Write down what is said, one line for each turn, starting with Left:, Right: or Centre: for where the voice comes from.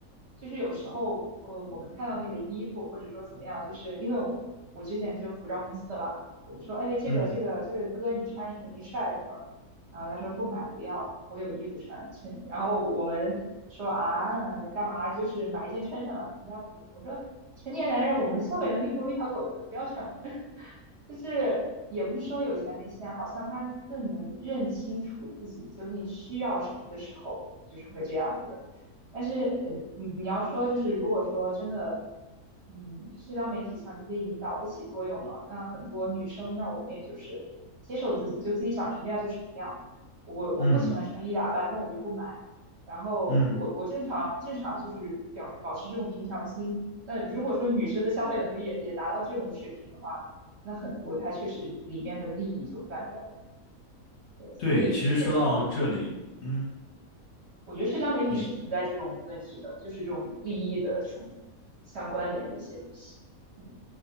Right: 就是有时候呃，我们看到那个衣服或者说怎么样，就是因为我我之前就是服装公司的嘛，我们说哎这个这个这个哥你穿你肯定帅什么，
Left: <laughs> 嗯
Right: 然后他说不买不要，我有衣服穿，趁然后我们说啊干嘛就是买一件穿穿嘛，人家不，我说成年男人我们消费能力不如一条狗的，不要劝我们。就是也不是说有钱没钱，好像他更能认清楚自己究竟需要什么的时候，就是会这样子。但是，嗯，你你要说就是，如果说真的，嗯，社交媒体上这些引导不起作用了，那很多女生，那我们也就是接受自己，就自己长什么样就什么样。我我不喜欢穿衣打扮，
Left: 嗯
Right: 那我就不买。然后我我正常正常就是表保持这种平常心。
Left: 嗯，
Right: 那如果说女生的消费能力也也达到这种水平的话，那很多它确实里面的利益就断掉了。对，所以确实
Left: 对，其实说到这里，嗯。
Right: 我觉得社交媒体是存在这种问题的，
Left: 你
Right: 就是这种利益的这种相关联的一些东西。嗯